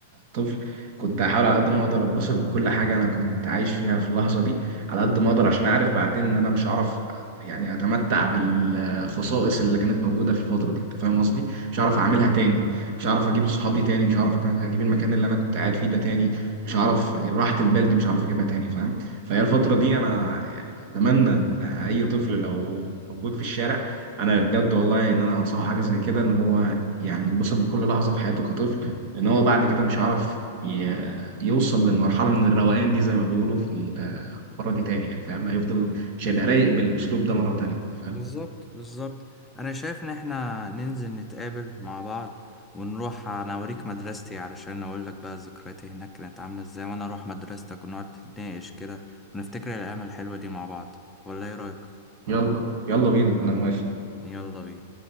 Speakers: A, on the right; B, in the centre.
A: طفل كنت هحاول على قد ما اقدر اتبسط بكل حاجه انا كنت عايش فيها في اللحظه دي على قد ما اقدر عشان اعرف بعدين ان انا مش هعرف يعني اتمتع بالخصائص اللي كانت موجوده في الفتره دي انت فاهم قصدي مش
B: رأيك
A: هعرف اعملها تاني مش هعرف اجيب الصحاب دي تاني مش هعرف اجيب المكان اللي انا كنت قاعد فيه ده تاني مش هعرف راحه البال دي مش هعرف اجيبها تاني فاهم فهي الفترة دي أنا اتمنى ان اي طفل لو موجود في الشارع انا بجد والله ان انا انصحه حاجه زي كده ان هو يعني ينبسط بكل لحظه في حياته كطفل لان هو بعد كده مش هيعرف ي- يوصل للمرحله من الروقان دي زي ما بيقولوا في المره دي تاني يعني فاهم هيفضل مش هيبقى رايق بالاسلوب ده مره تانيه فاهم
B: بالظبط بالظبط انا شايف ان احنا ننزل نتقابل مع بعض ونروح انا اوريك مدرستي علشان اقول لك بقى ذكرياتي هناك كانت عامله ازاي وانا اروح مدرستك ونقعد نتناقش كده ونفتكر الايام الحلوه دي مع بعض ولا ايه رايك
A: يلا يلا بينا انا موافق
B: يلا بينا